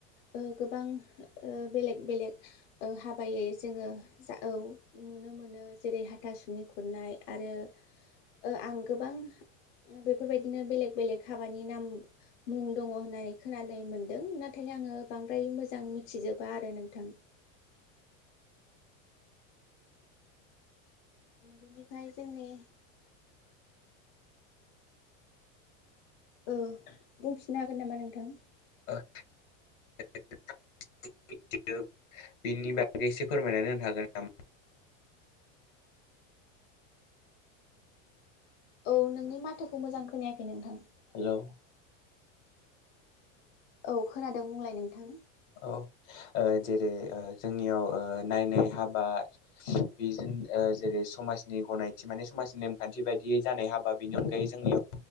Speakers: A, on the left; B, on the left.
A: ओ गोबां ओ बेलेग बेलेग ओ हाबायै जोङो जा औ नुनो मोनो, जेरै हाथासुनि खुरनाय आरो ओ आं गोबां बेफोरबायदिनो बेलेग बेलेग हाबानि नाम मुं दङ होननानै खोनानो मोन्दों नाथाय आङो बांद्राय मोजां मिथिजोबा आरो नोंथां। बिनिफ्राय जोंनि ओ बुंफिननो हागोन नामा नोंथां?
B: <unintelligible> <unintelligible> बिनि बागै एसे फोरमायनानै होनो हागोन नामा?
A: औ नोंनि माथोखौ मोजां खोनायाखै नोंथां।
B: हेलौ।
A: औ खोनादों बुंलाय नोंथां।
B: औ ओ जेरै ओ जोंनियाव ओ नायनानै हाबा बेजों ओ ओ जेरै समाजनि गनायथि माने समाजनि नेमखान्थि बायदियै जानाय हाबा बेनि अनगायै जोंनियाव